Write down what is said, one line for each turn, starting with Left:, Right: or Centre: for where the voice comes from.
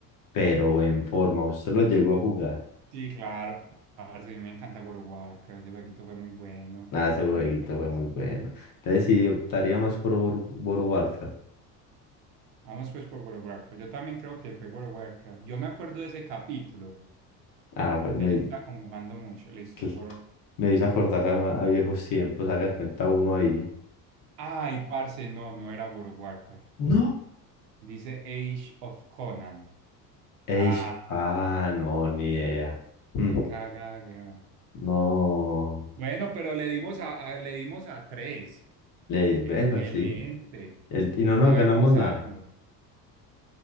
Left: pero en forma, usted lo llegó a jugar.
Right: Sí, claro, parce, a mí me encanta World of Warcraft, ese jueguito fue muy bueno
Left: Ah, ese jueguito
Right: de la infancia.
Left: fue muy bueno. Entonces sí, optaría más por Boro Boro Barca.
Right: Vamos pues por World of Warcraft. Yo también creo que fue World of Warcraft. Yo me acuerdo de ese capítulo
Left: Ah, bueno,
Right: Que ya está como jugando mucho. Listo.
Left: cl-
Right: World...
Left: Me hizo acordar a, a viejos tiempos, haga de cuenta uno ahí.
Right: Ay, parce, no, no era World of Warcraft.
Left: No.
Right: Dice Age of Conan.
Left: Eish,
Right: Ah,
Left: ah, no, ni idea. Mm,
Right: qué caga, weón.
Left: No,
Right: Bueno, pero le dimos a, a- le dimos a tres.
Left: le, bueno,
Right: Excelente.
Left: sí. El- y no nos
Right: Sabemos
Left: ganamos nada,
Right: algo.